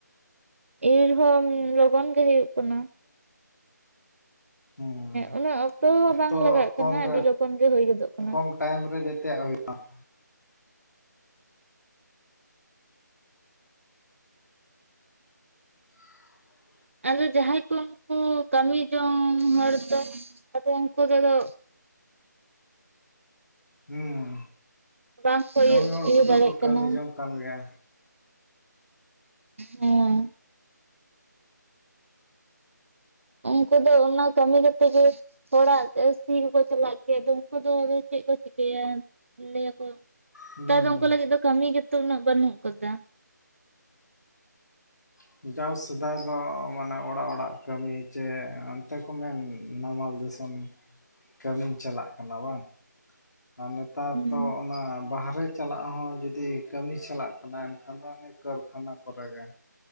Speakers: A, on the right; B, on the left.
A: ᱤᱨ ᱦᱚᱸ ᱞᱚᱜᱚᱱ ᱜᱮ ᱦᱩᱭᱩᱜ ᱠᱟᱱᱟ᱾
B: ᱦᱮᱸ
A: ᱩᱱᱟᱹᱜ ᱦᱚᱸ
B: ᱚᱠᱛᱚ
A: ᱵᱟᱝ ᱞᱟᱜᱟᱜ
B: ᱠᱚᱢ
A: ᱠᱟᱱᱟ
B: ᱨᱮ
A: ᱟᱹᱰᱤ ᱞᱚᱜᱚᱱ ᱜᱮ ᱦᱩᱭ ᱜᱚᱫᱚᱜ ᱠᱟᱱᱟ
B: ᱠᱚᱢ ᱴᱟᱭᱤᱢ ᱨᱮ ᱡᱮᱛᱮᱭᱟᱜ ᱦᱩᱭᱩᱜᱼᱟ ᱾ <unintelligible>
A: ᱟᱫᱚ ᱡᱟᱦᱟᱸᱭ ᱠᱚ ᱩᱱᱠᱩ ᱠᱟᱹᱢᱤ ᱡᱚᱝ ᱦᱚᱲ ᱫᱚ ᱟᱫᱚ ᱩᱱᱠᱩ ᱫᱚ ᱟᱫᱚ
B: ᱦᱩᱸ
A: ᱵᱟᱝᱠᱚ
B: ᱠᱟᱹᱢᱤ
A: ᱤᱭᱟᱹ
B: ᱦᱚᱲ
A: ᱤᱭᱟᱹ
B: ᱠᱚᱫᱚ
A: ᱫᱟᱲᱮᱭᱟᱜ
B: ᱠᱚ
A: ᱠᱟᱱᱟ
B: ᱠᱟᱹᱢᱤ ᱡᱚᱝ ᱠᱟᱱ ᱜᱮᱭᱟ᱾
A: ᱦᱮᱸ ᱩᱱᱠᱩ ᱫᱚ ᱚᱱᱟ ᱠᱟᱹᱢᱤ ᱠᱟᱛᱮᱜ ᱜᱮ ᱦᱚᱲᱟᱜ ᱥᱤ ᱠᱚᱠᱚ ᱪᱟᱞᱟᱜ ᱜᱮᱭᱟ ᱟᱫᱚ ᱩᱱᱠᱩ ᱫᱚ ᱟᱫᱚ ᱪᱮᱫ ᱠᱚ ᱪᱤᱠᱟᱹᱭᱟ ᱞᱟᱹᱭᱟᱠᱚ
B: ᱦᱩᱸ
A: ᱱᱮᱛᱟᱨ ᱫᱚ ᱩᱱᱠᱩ ᱞᱟᱹᱜᱤᱫ ᱫᱚ ᱠᱟᱹᱢᱤ ᱜᱮᱛᱚ ᱩᱱᱟᱹᱜ ᱵᱟᱹᱱᱩᱜ ᱟᱠᱟᱫᱟ᱾
B: ᱦᱩᱸ ᱾ ᱡᱟᱣ ᱥᱮᱫᱟᱭ ᱫᱚ ᱢᱟᱱᱮ ᱚᱲᱟᱜ ᱚᱲᱟᱜ ᱠᱟᱹᱢᱤ ᱪᱮ ᱚᱱᱛᱮ ᱠᱚ ᱢᱮᱱ ᱱᱟᱢᱟᱞ ᱡᱚᱛᱚᱱ ᱠᱟᱹᱢᱤᱧ ᱪᱟᱞᱟᱜ ᱠᱟᱱᱟ ᱵᱟᱝ ᱾ ᱟᱨ ᱱᱮᱛᱟᱨ
A: ᱦᱩᱸ
B: ᱫᱚ ᱚᱱᱟ ᱵᱟᱦᱨᱮ ᱪᱟᱞᱟᱜ ᱦᱚᱸ ᱡᱩᱫᱤ ᱠᱟᱹᱢᱤ ᱪᱟᱞᱟᱜ ᱠᱟᱱᱟᱭ ᱮᱱᱠᱷᱟᱱ ᱫᱚ ᱤᱱᱟᱹ ᱠᱟᱹᱨᱠᱷᱟᱱᱟ ᱠᱚᱨᱮ ᱜᱮ᱾